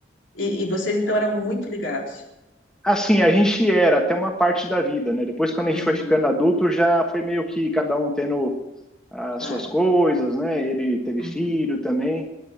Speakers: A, on the left; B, in the centre.
A: e, e vocês então eram muito ligados?
B: Assim, a gente era até uma parte da vida, né? Depois, quando a gente
A: Uhum,
B: foi ficando adulto, já foi meio que cada um tendo as
A: claro.
B: suas coisas, né? Ele teve
A: Uhum,
B: filho também.